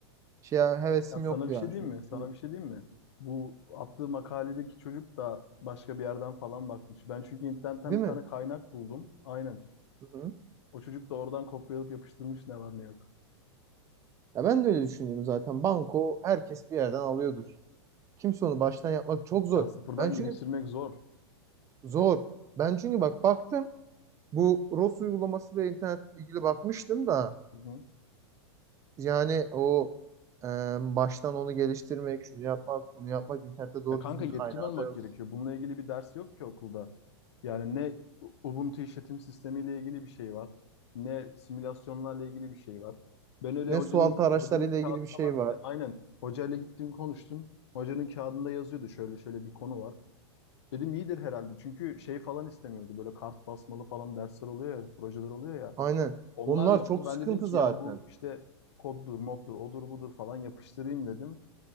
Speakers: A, on the right (about 20°); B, on the left (about 70°).
A: şey hevesim
B: Ya sana
A: yoktu
B: bir şey
A: yani
B: diyeyim
A: şu bitirme.
B: mi? Sana bir şey diyeyim mi? Bu attığı makaledeki çocuk da başka bir yerden falan bakmış. Ben çünkü internetten
A: Değil
B: bir
A: mi?
B: tane kaynak buldum. Aynen.
A: Hı-hı.
B: O çocuk da oradan kopyalayıp yapıştırmış ne var ne yok.
A: Ya ben de öyle düşünüyorum zaten. Banko herkes bir yerden alıyordur. Kimse onu baştan yapmak çok zor.
B: Ya sıfırdan
A: Ben çünkü
B: geliştirmek zor.
A: zor. Ben çünkü bak baktım bu ROS uygulaması ve internet ilgili bakmıştım da
B: Hı hı.
A: Yani o e, baştan onu geliştirmek, şunu yapmak, bunu yapmak internette doğru
B: Ya kanka
A: düzgün
B: yetkin
A: kaynağı
B: olmak
A: da yok.
B: gerekiyor. Bununla ilgili bir ders yok ki okulda. Yani ne U- Ubuntu işletim sistemiyle ilgili bir şey var. Ne simülasyonlarla ilgili bir şey var. Ben öyle
A: Ne
B: hocanın
A: sualtı araçlarıyla
B: hocanın
A: ilgili
B: kağıdında
A: bir şey
B: vardı
A: var.
B: ya. Aynen. Hocayla gittim konuştum. Hocanın kağıdında yazıyordu şöyle şöyle bir konu var. Dedim iyidir herhalde. Çünkü şey falan istemiyordu. Böyle kart basmalı falan dersler oluyor ya, projeler oluyor ya.
A: Aynen.
B: Onlar
A: Onlar
B: yoktu.
A: çok
B: Ben
A: sıkıntı
B: dedim ki
A: zaten.
B: ya bu işte koddur, moddur, odur budur falan yapıştırayım dedim.